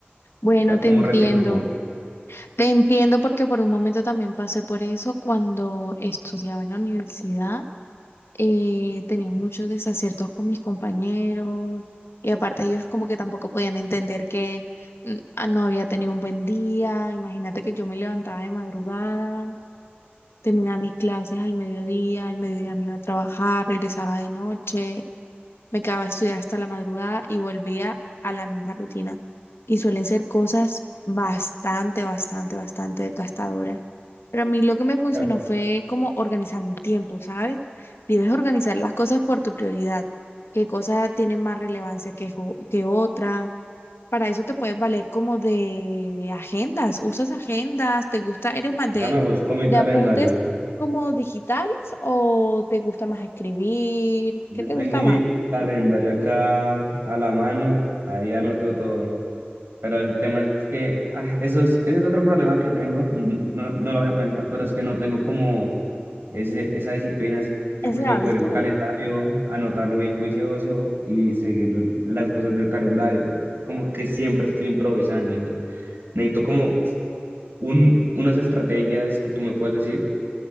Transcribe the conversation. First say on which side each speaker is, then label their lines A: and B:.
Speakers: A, on the left; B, on the right.
A: Bueno,
B: sea como
A: te entiendo.
B: recíproco.
A: Te entiendo porque por un momento también pasé por eso cuando estudiaba en la universidad. eh, tenía muchos desaciertos con mis compañeros y aparte ellos como que tampoco podían entender que mm, ah, no había tenido un buen día. Imagínate que yo me levantaba de madrugada, terminaba mis clases al mediodía, al mediodía me iba a trabajar, regresaba de noche. Me quedaba a estudiar hasta la madrugada y volvía a la misma rutina. Y suelen ser cosas bastante, bastante, bastante desgastadoras. Pero a mí lo que me funcionó
B: Eh,
A: fue como organizar mi tiempo, ¿sabes? Debes organizar las cosas por tu prioridad, qué cosa tiene más relevancia que, jo- que otra. Para eso te puedes valer como de agendas, usas agendas, te gusta, eres más
B: Dame,
A: de,
B: busco mi
A: de
B: calendario.
A: apuntes como digitales o te gusta más escribir,
B: Yo
A: ¿qué te
B: tengo
A: gusta
B: mi
A: más?
B: calendario acá a la mano, ahí anoto todo. Pero el tema es que ah, eso es, ese es otro problema que tengo, y no, no lo había pensado, pero es que no tengo como ese, esa disciplina, ese
A: Ese
B: juicio
A: hábito.
B: de coger el calendario, anotarlo bien juicioso y seguir l- las cosas del calendario. Es Como que siempre estoy improvisando, entonces necesito como un, unas estrategias que tú me puedes decir,